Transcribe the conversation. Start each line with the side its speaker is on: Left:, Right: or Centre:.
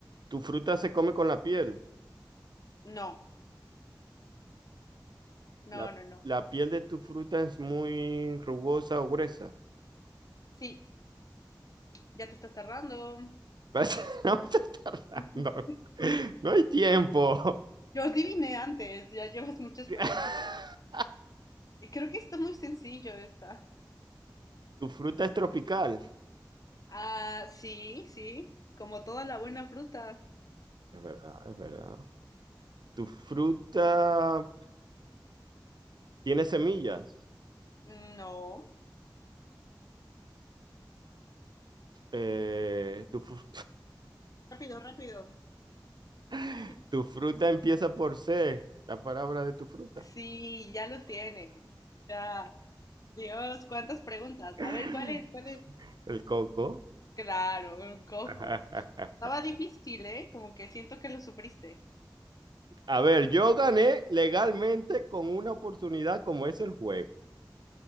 Right: Tu fruta se come con la piel.
Left: No, no,
Right: La,
Left: no, no.
Right: la piel de tu fruta es muy rugosa o gruesa.
Left: Sí, ya te estás tardando.
Right: Vas- <laughs> No vas a estar tardando.
Left: <laughs>
Right: No hay tiempo.
Left: Yo adiviné antes, ya llevas muchas
Right: <laughs>
Left: preguntas. Eh, Creo que está muy sencillo esta.
Right: Tu fruta es tropical.
Left: Ah, sí, sí, como toda la buena fruta.
Right: Es verdad, es verdad. Tu fruta tiene semillas.
Left: No.
Right: Eh, tu fru-
Left: Rápido, rápido.
Right: <laughs>
Left: <laughs>
Right: tu fruta empieza por C, la palabra de tu fruta.
Left: Sí, ya lo tiene. Ya. Dios, cuántas preguntas.
Right: <laughs>
Left: A ver, ¿cuál es? ¿Cuál es?
Right: El coco.
Left: Claro, un coco.
Right: <laughs>
Left: Estaba difícil, ¿eh? Como que siento que lo sufriste.
Right: A ver, yo gané legalmente con una oportunidad como es el juego.